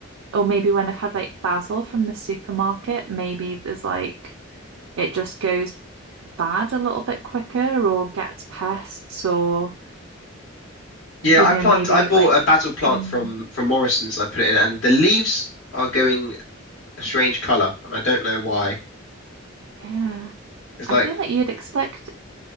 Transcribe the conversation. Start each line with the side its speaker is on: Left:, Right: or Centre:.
Right: or maybe when I've had like basil from the supermarket, maybe there's like it just goes bad a little bit quicker or gets pests or, you
Left: Yeah, I
Right: know,
Left: plant.
Right: maybe
Left: I bought
Right: like,
Left: a basil plant
Right: mm,
Left: from from Morrison's, and I put it in, and the leaves are going a strange color, and I don't know why.
Right: yeah.
Left: It's
Right: I
Left: like
Right: feel like you'd expect,